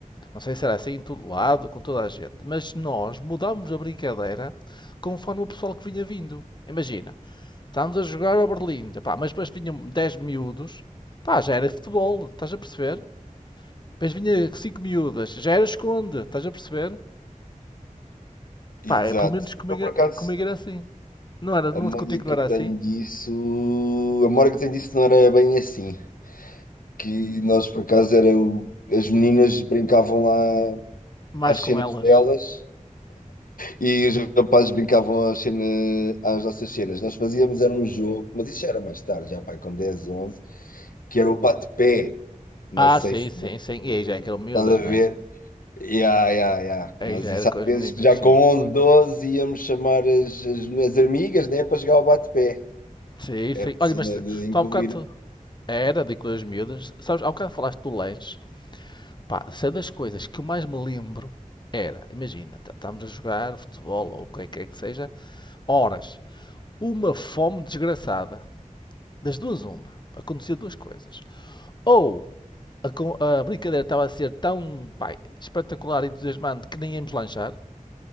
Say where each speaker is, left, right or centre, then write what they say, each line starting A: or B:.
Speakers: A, on the left; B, on the left.
A: não sei se era assim em todo lado, com toda a gente. Mas nós mudámos a brincadeira conforme o pessoal que vinha vindo. Imagina, estávamos a jogar ao Berlim, pá, mas depois vinham 10 miúdos, pá, já era futebol, estás a perceber? Depois vinha 5 miúdas, já era esconde, estás a perceber?
B: Exato.
A: Pá, é, pelo menos comigo,
B: Então, por acaso,
A: é, comigo era assim. Não era,
B: a
A: não,
B: memória
A: contigo
B: que
A: não era
B: eu tenho
A: assim?
B: disso. A memória que eu tenho disso não era bem assim. Que nós, por acaso, era o... as meninas brincavam lá
A: Mais
B: às
A: com
B: cenas
A: elas.
B: delas E os rapazes brincavam às, cena, às nossas cenas. Nós fazíamos, era um jogo, mas isso já era mais tarde, já pai, com dez onze que era o bate-pé. Não
A: Ah,
B: sei
A: sim,
B: se
A: sim,
B: você-
A: sim. E aí já é que eram miúdas,
B: estás a
A: não
B: ver.
A: é?
B: Ya, ya, ya.
A: Aí
B: Nós
A: já
B: isso
A: era com
B: às
A: as
B: vezes
A: meninas,
B: que já
A: sim.
B: com 11 12 íamos chamar as, as minhas amigas, né, para jogar o bate-pé.
A: Sim, sim.
B: Era a
A: Olha,
B: cena
A: mas
B: de incluir.
A: tu há bocado, Era de coisas miúdas. Sabes, ao bocado falaste do lanche. Pá, se é das coisas que eu mais me lembro era, imagina, tá- estamos a jogar futebol ou o que é que é que seja, horas. Uma fome desgraçada. Das duas, uma. Acontecia duas coisas. Ou a, con- a brincadeira estava a ser tão, pá, espetacular, e entusiasmante que nem íamos lanchar.